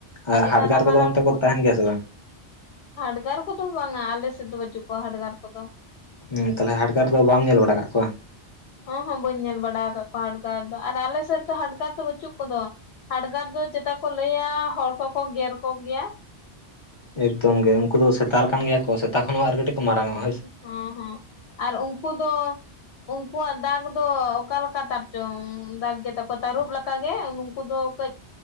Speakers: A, on the left; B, on the left.
A: ᱟᱹᱰᱤ
B: ᱟᱨ ᱦᱟᱰᱜᱟᱨ
A: ᱢᱟᱨᱟᱝ
B: ᱠᱚᱫᱚ
A: ᱢᱟᱨᱟᱝ
B: ᱚᱱᱛᱮ ᱠᱚ ᱛᱟᱦᱮᱱ ᱜᱮᱭᱟ ᱥᱮ ᱵᱟᱝ
A: ᱦᱟᱰᱜᱟᱨ ᱠᱚᱫᱚ ᱵᱟᱝᱟ ᱟᱞᱮ ᱥᱮᱫ ᱫᱚ ᱵᱟᱹᱪᱩᱜ ᱠᱚᱣᱟ ᱦᱟᱰᱜᱟᱨ ᱠᱚᱫᱚ
B: ᱦᱩᱸ ᱛᱟᱦᱞᱮ ᱦᱟᱴᱰᱟᱨ ᱫᱚ ᱵᱟᱢ ᱧᱮᱞ ᱵᱟᱲᱟ ᱠᱟᱜ ᱠᱚᱣᱟ
A: ᱦᱚᱸ ᱦᱚᱸ ᱵᱟᱹᱧ ᱧᱮᱞ ᱵᱟᱲᱟ ᱟᱠᱟᱫ ᱠᱚᱣᱟ ᱦᱟᱰᱜᱟᱨ ᱫᱚ ᱟᱨ ᱟᱞᱮ ᱥᱮᱫ ᱫᱚ ᱦᱟᱰᱜᱟᱨ ᱫᱚ ᱵᱟᱹᱪᱩᱜ ᱠᱚᱫᱚ ᱦᱟᱰᱜᱟᱨ ᱫᱚ ᱪᱮᱛᱟ ᱠᱚ ᱞᱟᱹᱭᱟ ᱦᱚᱲ ᱠᱚᱠᱚ ᱜᱮᱨ ᱠᱚ ᱜᱮᱭᱟ
B: ᱮᱠᱫᱚᱢ ᱜᱮ ᱩᱝᱠᱩ ᱫᱚ ᱥᱮᱛᱟ ᱞᱮᱠᱟᱱ ᱜᱮᱭᱟ ᱠᱚ ᱥᱮᱛᱟ ᱠᱷᱚᱱ ᱦᱚᱸ ᱟᱨ ᱠᱟᱹᱴᱤᱡ ᱠᱚ ᱢᱟᱨᱟᱝᱚᱜ-ᱟ
A: ᱦᱚᱸ ᱦᱚᱸ ᱟᱨ ᱩᱝᱠᱩ ᱫᱚ ᱩᱝᱠᱩᱣᱟᱜ ᱫᱟᱜᱽ ᱫᱚ ᱚᱠᱟ ᱞᱮᱠᱟ ᱛᱟᱨ ᱪᱚᱝ ᱫᱟᱜᱽ ᱜᱮ ᱛᱟᱠᱚ ᱛᱟᱹᱨᱩᱵ ᱞᱮᱠᱟ ᱜᱮ ᱩᱱᱠᱩ ᱫᱚ ᱠᱟᱹᱡ